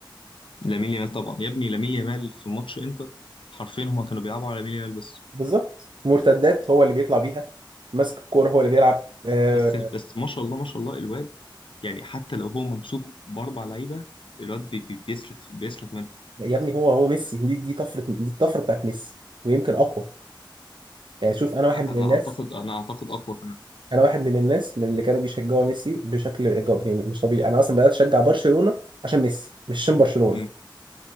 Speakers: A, on the left; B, on the right.
A: لامين يامال طبعا يا ابني لامين يامال في ماتش انتر حرفيا هما كانوا بيلعبوا على لامين يامال بس
B: بالظبط مرتدات هو اللي بيطلع بيها ماسك الكوره هو اللي بيلعب آه
A: بس بس ما شاء الله ما شاء الله الواد يعني حتى لو هو ممسوك باربع لعيبه الواد بي بي بيسلك بيسلك منه
B: يا ابني هو هو ميسي دي دي طفره دي الطفره بتاعت ميسي ويمكن اقوى يعني شوف انا واحد
A: انا
B: من الناس
A: اعتقد انا اعتقد اقوى كمان
B: انا واحد من الناس من اللي كانوا بيشجعوا ميسي بشكل إيجابي يعني مش طبيعي انا اصلا بدات اشجع برشلونه عشان ميسي مش عشان برشلونه
A: مم.